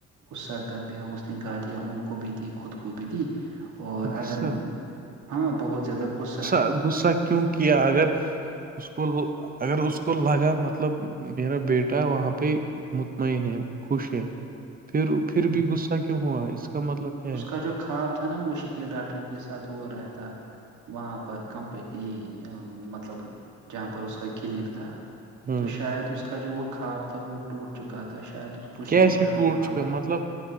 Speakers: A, on the right (about 75°); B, on the right (about 30°).
A: غصہ کر گیا اس نے گا لیا ان کو بھی دی خود کو بھی دی اور
B: غصہ
A: اگر ہاں بہت زیادہ غصہ
B: سا <unintelligible> کیونکہ اگر اس کو اگر اس کو لگا مطلب میرا بیٹا وہاں پہ مطمئن ہے خوش ہے پھر پھر
A: ہ
B: بھی غصہ کیوں ہوا اس کا مطلب کیا ہے
A: <unintelligible> تھا نا وہ شکیل ڈاکٹر کے ساتھ وہ رہتا وہاں پر کمپ کے مطلب جہاں پر اس کا کلینک تھا
B: ہوں
A: تو شاید اس کا جو وہ خواب تھا وہ ٹوٹ چکا تھا شاید اس کو
B: کیسی
A: شکیل ڈاکٹر
B: ٹوٹ
A: وہاں
B: کاا
A: پر
B: مطلب